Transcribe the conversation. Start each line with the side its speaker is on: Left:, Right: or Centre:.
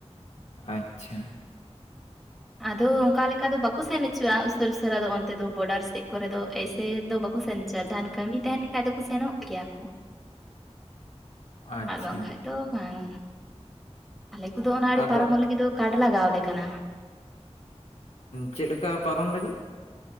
Left: ᱟᱪᱷᱟ
Centre: ᱟᱫᱚ ᱚᱱᱠᱟ ᱞᱮᱠᱟ ᱫᱚ ᱵᱟᱠ ᱵᱟ ᱠᱚ ᱥᱮᱱ ᱚᱪᱚᱜᱼᱟ ᱩᱥᱟᱥᱟᱹᱨᱟ ᱵᱚᱰᱟᱨ ᱥᱮᱡ ᱠᱚᱨᱮ ᱫᱚ ᱮᱭᱥᱮ ᱫᱚ ᱵᱟᱠᱚ ᱥᱮᱱ ᱚᱪᱚᱣᱟᱜ-ᱟ ᱡᱟᱦᱟᱱ ᱠᱟᱹᱢᱤ ᱛᱟᱦᱮᱱ ᱠᱷᱟᱱᱡ ᱫᱚ ᱥᱮᱱᱚᱜ ᱜᱮᱭᱟ ᱠᱚ
Left: ᱟᱪᱪᱷᱟ
Centre: ᱟᱨ ᱵᱟᱝᱠᱷᱟᱡ ᱫᱚ ᱵᱟᱝ ᱟᱞᱮ ᱠᱚᱫᱚ ᱚᱱᱟ ᱟᱹᱲᱮ
Left: ᱟᱫᱚ
Centre: ᱯᱟᱨᱚᱢᱚᱜ ᱞᱟᱹᱜᱤᱫ ᱫᱚ ᱠᱟᱰ ᱞᱟᱜᱟᱶ ᱟᱞᱮ ᱠᱟᱱᱟ
Left: ᱪᱮᱫ ᱞᱮᱠᱟ ᱯᱟᱨᱚᱢ ᱞᱟᱹᱜᱤᱫ